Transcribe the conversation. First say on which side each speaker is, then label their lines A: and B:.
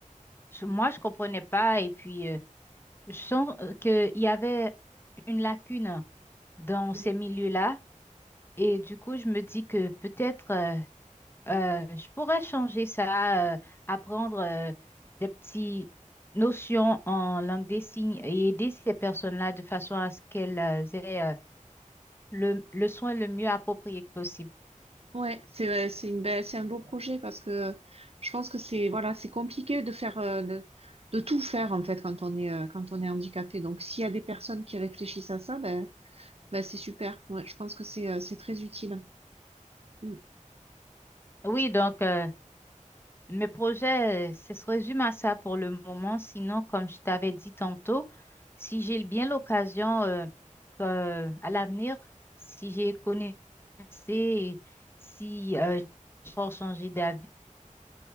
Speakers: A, on the left; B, on the right.
A: je- moi, je comprenais pas. Et puis, euh, je sens qu'il y avait une lacune dans ces
B: Mm.
A: milieux-là. Et du coup, je me dis que peut-être... euh, Euh, je pourrais changer ça, euh, apprendre euh, des petites notions en langue des signes et aider ces personnes-là de façon à ce qu'elles euh, aient euh, le, le soin le mieux approprié que possible.
B: Ouais, c'est euh, c'est une belle, c'est un beau projet parce que je pense que c'est voilà, c'est compliqué de faire euh, de, de tout faire en fait quand on est euh, quand on est handicapé. Donc s'il y a des personnes qui réfléchissent à ça, ben ben c'est super. Ouais, je pense que c'est euh, c'est très utile. Mm.
A: Oui, donc euh, mes projets, euh, ce se résume à ça pour le moment. Sinon, comme je t'avais dit tantôt, si j'ai bien l'occasion euh, que- à l'avenir, si j'ai connaissance et si euh, je peux changer d'avis,